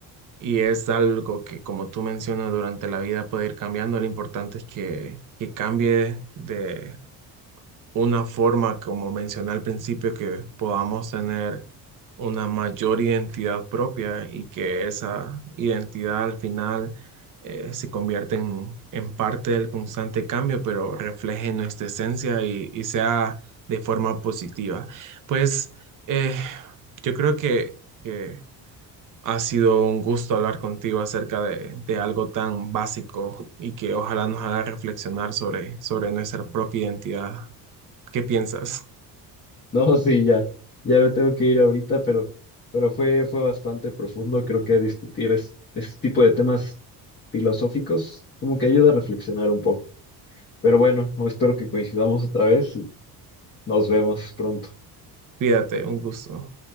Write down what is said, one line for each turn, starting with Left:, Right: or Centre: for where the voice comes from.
Right: Y es algo que, como tú mencionas, durante la vida puede ir cambiando. Lo importante es que, que cambie de una forma, como mencioné al principio, que podamos tener una mayor identidad propia y que esa identidad al final eh, se convierta en, en parte del constante cambio, pero refleje nuestra esencia y, y sea de forma positiva. Pues eh, yo creo que, que ha sido un gusto hablar contigo acerca de, de algo tan básico y que ojalá nos haga reflexionar sobre, sobre nuestra propia identidad. ¿Qué piensas?
Left: No, sí, ya, ya me tengo que ir ahorita, pero, pero fue, fue bastante profundo. Creo que discutir es, este tipo de temas filosóficos como que ayuda a reflexionar un poco. Pero bueno, espero que coincidamos otra vez y nos vemos pronto.
Right: Cuídate, un gusto.